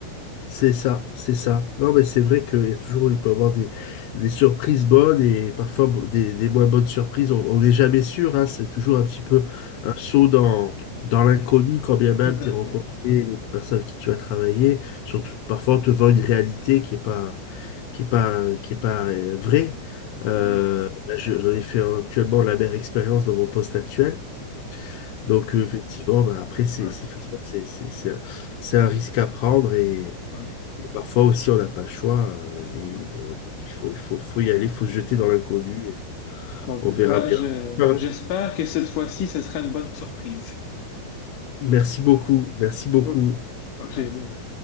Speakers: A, on the left; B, on the left.
A: C'est ça, c'est ça. Non, mais c'est vrai qu'il y a toujours, il peut y avoir des, des surprises bonnes et parfois bon, des, des moins bonnes surprises. On on n'est jamais sûr, hein, c'est toujours un petit peu
B: Ouais,
A: un saut dans, dans l'inconnu quand bien même
B: tout à
A: tu rencontré
B: fait.
A: les personnes avec qui tu as travaillé. Surtout, parfois on te vend une réalité qui est pas, qui est pas, qui est pas euh, vraie. Euh,
B: Mhm,
A: là, je- j'en ai fait euh, actuellement la meilleure expérience dans mon poste actuel.
B: mhm.
A: Donc, euh, effectivement, bah, après, c'est
B: Ouais,
A: c'est- effectivement, c'est c'est- c'est un c'est un risque à prendre et
B: ouais,
A: et parfois aussi, on n'a pas le choix. euh, Et
B: ouais,
A: euh, donc, il faut, il faut, faut y aller, il faut se jeter
B: ouais.
A: dans l'inconnu. et
B: Bon, en tout
A: On verra
B: cas,
A: bien.
B: je,
A: Voilà.
B: j'espère que cette fois-ci, ce sera une bonne surprise.
A: Merci beaucoup. Merci beaucoup.
B: Au au plaisir.